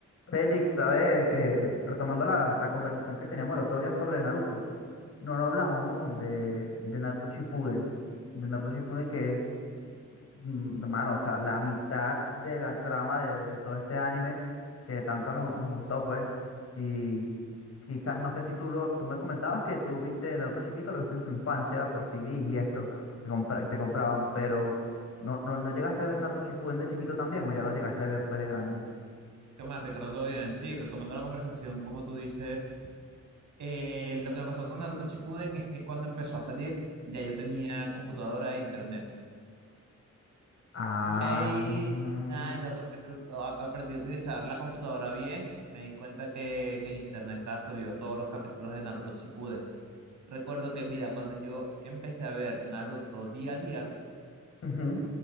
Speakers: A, on the left; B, on the right.
A: Félix, ¿sabes? Eh, retomando la, la conversación que teníamos el otro día sobre Naruto, no, no hablamos huevón, de, de Naruto Shippuden, de Naruto Shippuden que es, mm, hermano, o sea, la mitad de la trama de, de todo este anime que tanto nos, nos gustó, pues, y quizás, no sé si tú, lo, tú me comentabas que tú viste Naruto chiquito, lo viste en tu infancia por CDs y esto, que compra- te compraban, pero no, no, ¿no llegaste a ver Naruto Shippuden de chiquito también o ya lo llegaste a ver fue de grande?
B: ¿Qué más, Ricardo? ¿Todo bien? Sí, retomando la conversación, como tú dices, eh, lo que me pasó con Naruto Shippuden es que cuando empezó a salir, ya yo tenía computadora e internet.
A: Ah,
B: Y ahí,
A: mm,
B: nada, en lo que empecé, a- aprendí a utilizar la computadora bien, me di cuenta que, que en internet estaba subido todos los capítulos de Naruto Shippuden. Recuerdo que, mira, cuando yo empecé a ver Naruto día a día,
A: ujú.